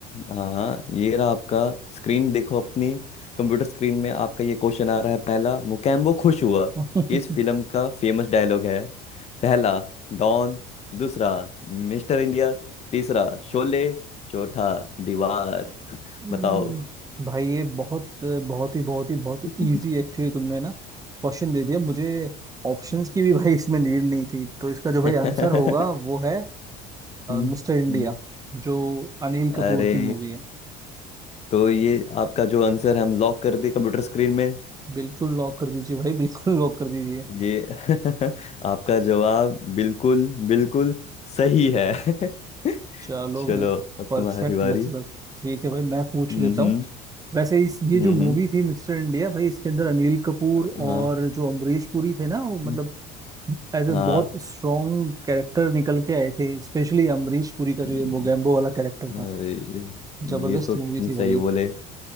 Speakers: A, on the left; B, on the right.
A: हाँ हाँ ये रहा आपका स्क्रीन देखो अपनी कंप्यूटर स्क्रीन में आपका ये क्वेश्चन आ रहा है पहला मुकेम्बो खुश हुआ
B: <laughs>
A: किस फिल्म का फेमस डायलॉग है पहला डॉन दूसरा मिस्टर इंडिया तीसरा शोले चौथा दीवार <laughs>
B: हम्म,
A: बताओ
B: भाई ये बहुत बहुत ही बहुत ही बहुत ही
A: हम्म,
B: इजी एक्चुअली तुमने ना क्वेश्चन दे दिया मुझे ऑप्शंस की भी <laughs> भाई इसमें नीड नहीं थी तो इसका जो
A: हम्म,
B: भाई आंसर होगा वो है
A: हम्म।
B: मिस्टर इंडिया जो अनिल
A: अरे
B: कपूर की मूवी है
A: तो ये आपका जो आंसर हम लॉक कर दे कंप्यूटर स्क्रीन में
B: बिल्कुल लॉक कर दीजिए भाई बिल्कुल लॉक कर दीजिए
A: ये <laughs> आपका जवाब बिल्कुल बिल्कुल सही है <laughs>
B: चलो
A: चलो
B: भाई
A: अब
B: परफेक्ट
A: तुम्हारी बारी
B: मतलब ठीक है भाई मैं पूछ
A: हम्म
B: लेता
A: हम्म
B: हूँ वैसे इस ये
A: हम्म,
B: जो मूवी
A: हम्म।
B: थी मिस्टर इंडिया भाई इसके अंदर अनिल कपूर
A: हाँ
B: और जो अमरीश पुरी थे ना वो मतलब
A: हम्म,
B: एज ए
A: हाँ
B: बहुत स्ट्रॉन्ग कैरेक्टर निकल के आए थे स्पेशली अमरीश पुरी का जो
A: हम्म,
B: ये मोगैम्बो वाला कैरेक्टर था
A: अरे
B: जबरदस्त
A: ये तो तुम
B: मूवी थी
A: सही
B: भाई
A: बोले